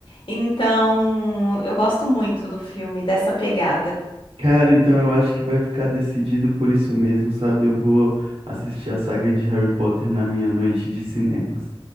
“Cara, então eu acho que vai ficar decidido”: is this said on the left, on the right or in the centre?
Right